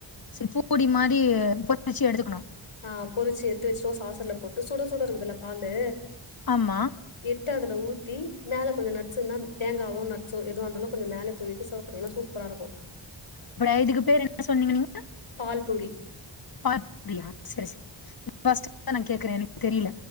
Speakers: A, on the left (about 45°); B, on the left (about 75°).
A: சேரி பூரி மாரி பொரிச்சு எடுத்துக்கணு.
B: ஆ பொரிச்சு எடுத்து வச்சு ஒரு சாசர்ல போட்டு சுட சுட இருக்குதுல்ல பாலு
A: ஆமா
B: எடுத்து அதுல ஊத்தி மேல கொஞ்சோ நட்ஸ் இருந்தா, தேங்காவோ நட்ஸோ எதுவா இருந்தாலு கொஞ்சோ மேல தூவிட்டு சர்வ் பண்ணிங்கனா சூப் பரா இருக்கு.
A: அப்டியா இதுக்கு பேர் என்ன சொன்னீங்க நீங்க
B: பால்பூரி
A: பாத் பூரியா சேரி சேரி ஃபஸ்ட் இப்பதா நா கேக்குறே. எனக்கு தெரியில